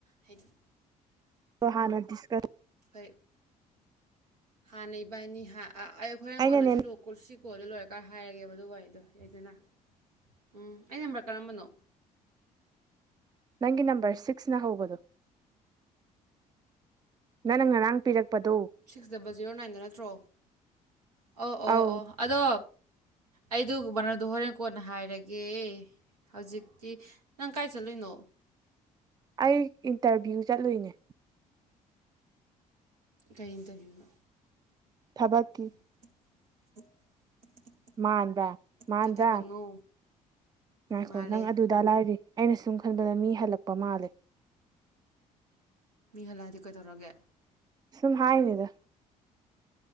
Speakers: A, on the right; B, on the right.
A: ꯍꯥꯏꯗꯤ
B: ꯍꯥꯟꯅ ꯗꯤꯁꯀꯁ
A: ꯍ ꯍꯥꯟꯅꯩ ꯏꯅꯤ ꯑꯩ ꯍꯣꯔꯦꯟ
B: ꯑꯩꯅꯅꯦ
A: ꯀꯣꯟꯅꯁꯤ ꯂꯨ ꯑꯣ ꯀꯣ ꯁꯤꯁꯤꯀꯣꯜ ꯑꯗꯨ ꯂꯣꯏꯔꯀꯥꯟ ꯍꯥꯏꯔꯒꯦꯕ ꯑꯗꯨ ꯋꯥꯗꯣ ꯑꯩꯗꯅ ꯎꯝ ꯑꯩ ꯅꯝꯕꯔ ꯀꯔꯝꯕꯅꯣ
B: ꯅꯪꯒꯤ ꯅꯝꯕꯔ ꯁꯤꯛꯁꯅ ꯍꯧꯕꯗꯣ ꯅꯪ ꯉꯔꯥꯡ ꯄꯤꯔꯛꯄꯗꯣ
A: ꯁꯤꯛꯁ ꯗꯕꯜ ꯖꯤꯔꯣ ꯅꯥꯏꯟꯗ ꯅꯠꯇ꯭ꯔꯣ ꯑꯣ ꯑꯣ
B: ꯑꯧ
A: ꯑꯣ ꯑꯗꯣ ꯑꯩꯗꯨ ꯃꯅꯣꯟꯗꯣ ꯍꯣꯔꯦꯟ ꯀꯣꯟꯅ ꯍꯥꯏꯔꯒꯦ꯫ ꯍꯧꯖꯤꯛꯇꯤ ꯅꯪ ꯀꯥꯏ ꯆꯠꯂꯨꯅꯣ
B: ꯑꯩ ꯏꯟꯇꯔꯚꯤꯌꯨ ꯆꯠꯂꯨꯏꯅꯦ꯫
A: ꯀꯔꯤꯇꯕꯤꯌꯨꯅꯣ
B: ꯊꯕꯛꯀꯤ
A: <unintelligible>
B: ꯃꯥꯟꯗꯔ ꯃꯥꯟꯗꯔ
A: ꯀꯩ ꯊꯕꯛꯅꯣ
B: ꯉꯥꯏꯈꯣ
A: ꯃꯥꯜꯂꯦ
B: ꯅꯪ ꯑꯗꯨꯗ ꯂꯥꯏꯔꯤ ꯑꯩꯅ ꯁꯨꯝ ꯈꯟꯕꯗ ꯃꯤ ꯍꯜꯂꯛꯄ ꯃꯥꯜꯂꯦ꯫
A: ꯃꯤ ꯍꯜꯂꯛꯑꯗꯤ ꯀꯩꯗꯧꯔꯒꯦ
B: ꯁꯨꯝ ꯍꯥꯏꯅꯤꯗ